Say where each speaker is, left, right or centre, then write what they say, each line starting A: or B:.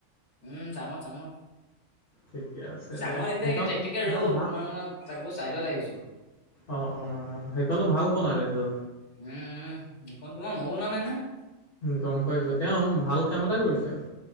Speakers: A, on the left; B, on the left.
A: উমঁ, চাঙত-চাঙত।
B: ঠিকে আছে
A: চাঙত
B: দে
A: এতিয়া
B: সেইখন
A: একে টেকটিকিয়া
B: সেইখন
A: ৰ'দ,
B: ভাল
A: তোমাৰ মই তাকো চাইডত আহিছো।
B: অ' অ' সেইখনো ভাল বনালিটো।
A: উম উম, সেইখন তোমাৰ মই বনোৱা নাই নহয়।
B: গম পাইছোঁ, তেওঁ ভাল কাম এটা কৰিছে আৰু।